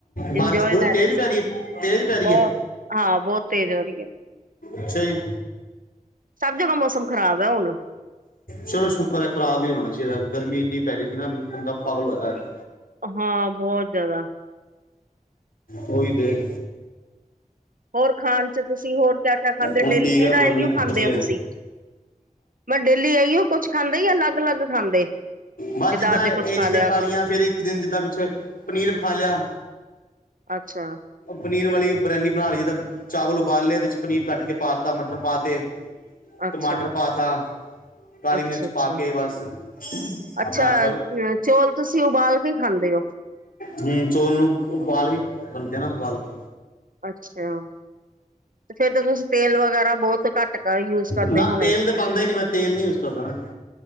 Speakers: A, on the right; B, on the left.
A: ਇੰਜੋਏ
B: ਬਾਰਿਸ਼ ਪੂਰੀ
A: ਲੈ
B: ਤੇਜ਼
A: ਰਹੇ ਸੀ
B: ਪੈ ਰਹੀ ਹੈ ਤੇਜ਼ ਪੈ ਰਹੀ
A: ਬਹੁਤ
B: ਹੈ
A: ਹਾਂ ਬਹੁਤ ਤੇਜ਼ ਹੋ ਰਹੀ ਹੈ
B: ਅੱਛਾ ਜੀ,
A: ਸਭ ਜਗ੍ਹਾ ਮੌਸਮ ਖਰਾਬ ਹੈ ਹੁਣ
B: ਚਲੋ ਸ਼ੁਕਰ ਹੈ ਖਰਾਬ ਹੀ ਹੋਣਾ ਚਾਹੀਦਾ, ਗਰਮੀ ਇੰਨੀ ਪੈ ਰਹੀ ਸੀ ਨਾ ਬੰਦਾ ਪਾਗਲ ਹੋਇਆਂ ਹੀ
A: ਹਾਂ ਬਹੁਤ ਜਿਆਦਾ,
B: ਉਹੀ ਤੇ,
A: ਹੋਰ ਖਾਣ ਚ ਤੁਸੀਂ ਹੋਰ ਕਿਆ ਕਿਆ ਖਾਂਦੇ
B: ਹੁਣ
A: ਹੋ ਡੇਲੀ
B: ਠੀਕ ਹੈ
A: ਦਾ
B: ਗਰਮੀ
A: ਇਹੀਓ
B: ਵਧੀਆ
A: ਖਾਂਦੇ ਹੋ ਤੁਸੀਂ
B: ਹੈ।
A: ਮੈਂ ਡੇਲੀ ਆਈਓ ਕੁਛ ਖਾਂਦੇ ਜਾਂ ਅਲੱਗ ਅਲੱਗ ਖਾਂਦੇ।
B: ਬਸ ਜਿੱਦਾਂ
A: ਅੱਜ
B: ਇਹ
A: ਕੁੱਛ
B: ਚੀਜ਼ਾਂ
A: ਲਿਆ
B: ਖਾ
A: ਕੋਣ
B: ਲਈਆਂ ਫੇਰ ਇੱਕ ਦਿਨ ਜਿੱਦਾਂ ਕੁਛ ਪਨੀਰ ਖਾ ਲਿਆ।
A: ਅੱਛਾ,
B: ਪਨੀਰ ਵਾਲੀ ਬਰਿਆਨੀ ਬਣਾ ਲਈ ਜਿੱਦਾਂ ਚਾਵਲ ਉਬਾਲ ਲਿਆ ਉਹਦੇ ਚ ਪਨੀਰ ਕੱਟ ਕੇ ਪਾ ਤਾ ਮਟਰ ਪਾ ਤੇ
A: ਅੱਛਾ
B: ਟਮਾਟਰ ਪਾ ਤਾ ਕਾਲੀ
A: ਅੱਛਾ
B: ਮਿਰਚ
A: ਅੱਛਾ
B: ਪਾ ਕੇ ਬਸ
A: ਅੱਛਾ
B: ਆਪਣਾ ਆਪ ਪਰ
A: ਅ, ਚੌਲ ਤੁਸੀਂ ਉਬਾਲ ਕੇ ਹੀ ਖਾਂਦੇ ਹੋ
B: ਹਮ ਚੌਲ ਨੂੰ ਉਬਾਲ ਕੇ ਬਣਦੇ ਨਾ ਉਬਾਲ ਕੇ
A: ਅੱਛਾ ਤੇ ਫੇਰ ਤਾਂ ਤੁਸੀਂ ਤੇਲ ਵਗੈਰਾ ਬਹੁਤ ਘੱਟ ਕਰ ਯੂਜ ਕਰਦੇ
B: ਨਾ
A: ਹੋਣੇ
B: ਤੇਲ ਤੇ ਪਾਉਦਾ ਹੀ ਨੀ ਮੈਂ ਤੇਲ ਨੀ ਯੂਜ ਕਰਦਾ ਨਾ